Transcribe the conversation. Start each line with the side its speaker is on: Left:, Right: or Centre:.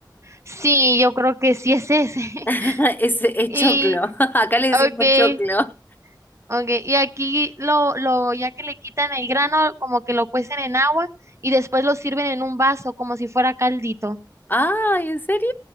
Right: Sí, yo creo que sí es ese. <laughs>
Left: <laughs> es, es choclo,
Right: Y,
Left: <laughs> acá le decimos
Right: okay,
Left: choclo.
Right: okay. Y aquí lo, lo, ya que le quitan el grano, como que lo cuecen en agua y después lo sirven en un vaso como si fuera caldito.
Left: <laughs> Ay, ¿en serio?